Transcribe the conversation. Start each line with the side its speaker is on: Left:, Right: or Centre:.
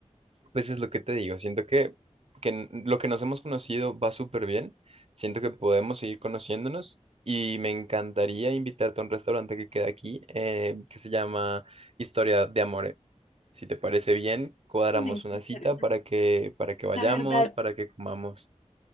Right: Pues es lo que te digo, siento que, que n- lo que nos hemos conocido va súper bien, siento que podemos seguir conociéndonos y me encantaría invitarte a un restaurante que queda aquí eh, que se llama Historia de Amore. Si te parece bien, cuadramos
Left: Me encantaría.
Right: una cita para que, para que vayamos,
Left: La verdad,
Right: para que comamos.